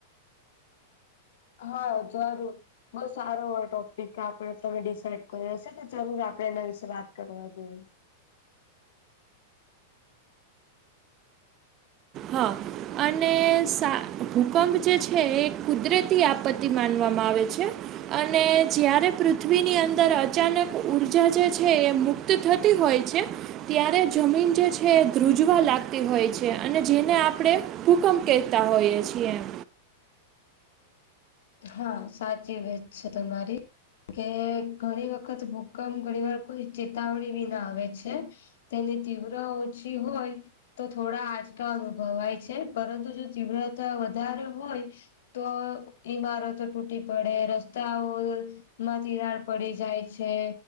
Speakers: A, on the left (about 70°); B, on the right (about 25°).
A: હા જરૂર બઉ સારો હો ટોપિક આપડે તમે ડિસાઇડ કર હશે તો જરૂર આપડે એના વિશે વાત કરવા જઈએ.
B: હા અને સા ભૂકંપ જે છે એ કુદરતી આપ માનવામાં આવે છે અને જ્યારે પૃથ્વીની અંદર અચાનક ઉર્જા જે છે એ મુક્ત થતી હોય છે. ત્યારે જમીન જે છે એ ધ્રુજવા લાગતી હોય છે. અને જે ને આપણે ભૂકંપ કહેતા હોઈએ છીએ એ.
A: હા સાચી વત છે તમારી. કે ઘણી ભૂકંપ ઘણી વાર કોઈ ચેતાવણી વિ ના આવે છે. તેને તીવ્ર ઓછી હોય. તો થોડા આંચકા અનુભવાય છે પરંતુ જો તીવ્રતા વધારે હોય. તો ઈમારતો તૂટી પડે, રસ્તાઓ તિરાડ પડી જાય,